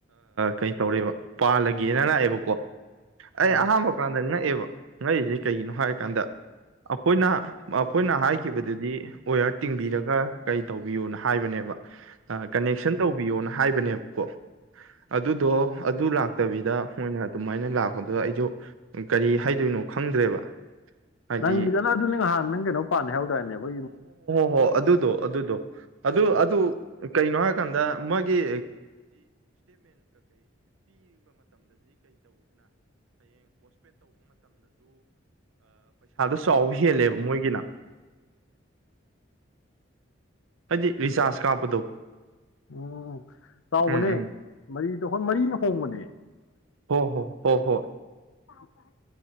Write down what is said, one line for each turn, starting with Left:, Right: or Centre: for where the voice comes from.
Right: ꯀꯩꯇꯧꯔꯦꯕ ꯄꯥꯜꯂꯒꯦꯅ ꯂꯥꯛꯑꯦꯕꯀꯣ ꯑꯩ
Left: ꯑꯥ
Right: ꯑꯍꯥ ꯃꯈ ꯀꯥꯟꯗꯪꯅ ꯉꯛꯁꯦ ꯀꯩꯒꯤꯅꯣ ꯍꯥꯏꯔ ꯀꯥꯟꯗ ꯑꯩꯈꯣꯏꯅ ꯑꯩꯈꯣꯏꯅ ꯍꯥꯏꯈꯤꯕꯗꯨꯗꯤ ꯑꯣꯌꯥꯔ ꯇꯤꯡꯕꯤꯔꯒ ꯀꯩ ꯇꯧꯕꯤꯌꯣꯅ ꯍꯥꯏꯕꯅꯦꯕ ꯀꯅꯦꯛꯁꯟ ꯇꯧꯕꯤꯌꯣ ꯅ ꯍꯥꯏꯕꯅꯦꯕꯀꯣ ꯑꯗꯨꯗꯣ ꯑꯗꯨ ꯂꯥꯛꯇꯕꯤꯗ ꯃꯣꯏꯅ ꯑꯗꯨꯃꯥꯏꯅ ꯂꯥꯛꯄꯗꯨꯗ ꯑꯩꯁꯨ ꯀꯔꯤ ꯍꯥꯏꯗꯣꯏꯅꯣ ꯈꯪꯗ꯭ꯔꯦꯕ ꯍꯥꯏꯗꯤ
Left: ꯅꯪꯒꯤꯖꯅ ꯑꯗꯨ ꯅꯍꯥꯟ ꯅꯪ ꯀꯩꯅꯣ ꯄꯥꯍꯧꯗ꯭ꯔꯔꯅꯦ ꯑꯩꯈꯣꯏ
Right: ꯍ ꯑꯗꯨꯗꯣ ꯑꯗꯨꯗꯣ ꯑꯗꯨ ꯑꯗꯨ ꯀꯩꯅꯣ ꯍꯥꯏꯔꯀꯥꯟꯗ ꯃꯥꯒꯤ ꯫ ꯆꯥꯎ ꯍꯦꯜꯂꯦꯕ ꯃꯣꯏꯒꯤꯅ꯫ ꯑꯩ ꯔꯤꯁꯥꯁ ꯀꯥꯞꯄꯗꯣ꯫
Left: ꯎꯝ ꯎꯝ ꯆꯥꯎꯕꯅꯦ
Right: ꯎꯝ ꯎꯝ
Left: ꯃꯔꯤꯗ ꯃꯔꯤꯅ ꯍꯣꯡꯕꯅꯦ꯫
Right: ꯍꯤ ꯍꯣ ꯍꯣ ꯍꯣ꯫
Left: ꯍ ꯐꯥꯏ <unintelligible> <inaudible>